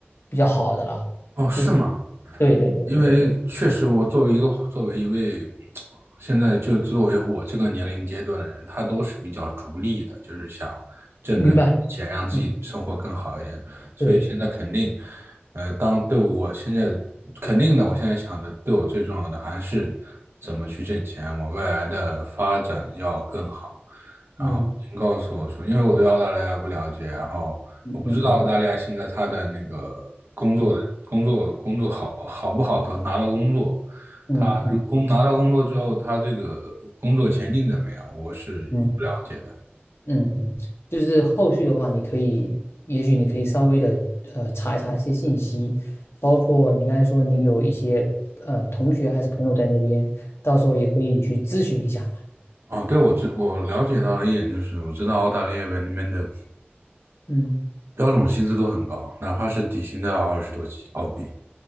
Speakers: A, on the left; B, on the right.
A: 比较好的了。
B: 哦，是吗？
A: 就是对对对对对，
B: 因为确实，我作为一个作为一位现在就作为我这个年龄阶段的人，他都是比较逐利的，就是想挣更多的钱，
A: 明白。
B: 让自己生活更好一点。
A: 嗯，
B: 所以现在肯定，
A: 对，
B: 呃，当对我现在肯定的，我现在想的，对我最重要的还是怎么去挣钱，我未来的发展要更好。
A: 嗯
B: 然后您告诉我说，因为我对澳大利亚不了解，然后我不知道澳大利亚现在他的那个工作的工作工作好好不好的拿到工作，
A: 嗯嗯嗯嗯嗯。
B: 他如工拿到工作之后，他这个工作前景怎么样，我是一不了解的。
A: 嗯嗯嗯，就是后续的话，你可以，也许你可以稍微的呃查一查一些信息，包括你刚才说你有一些呃同学还是朋友在那边，到时候也可以去咨询一下嘛。
B: 啊，对，我知我了解到了一点就是，我知道澳大利亚那边的
A: 嗯，
B: 标准薪资都很高，哪怕是底薪都要二十多起澳币